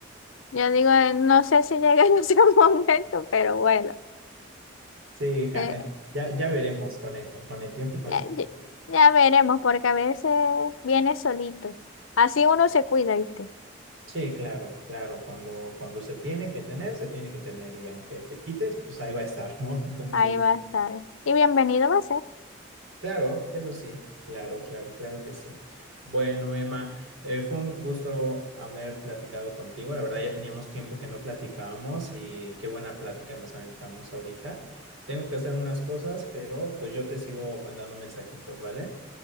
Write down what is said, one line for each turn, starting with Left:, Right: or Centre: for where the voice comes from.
Left: Yo digo, eh, no sé si llega en ese <laughs> momento, pero bueno,
Right: Sí, ca-
Left: eh,
Right: eh, ya, ya veremos con el, con el tiempo y con
Left: ya,
Right: el futuro.
Left: ya- ya veremos, porque a veces viene solito. Así uno se cuida, ¿viste?
Right: Sí, claro, claro, cuando, cuando se tiene que tener, se tiene que tener y aunque te quites, pues ahí va a estar, ¿no? <laughs> Entonces,
Left: Ahí va a estar. Y bienvenido va a ser.
Right: Claro, eso sí, claro, claro, claro que sí. Bueno, Emma, eh, fue un gusto haber platicado contigo. La verdad, ya teníamos tiempo que no platicábamos y qué buena plática nos aventamos ahorita. Tengo que hacer unas cosas, pero pues yo te sigo mandando mensajitos, ¿vale?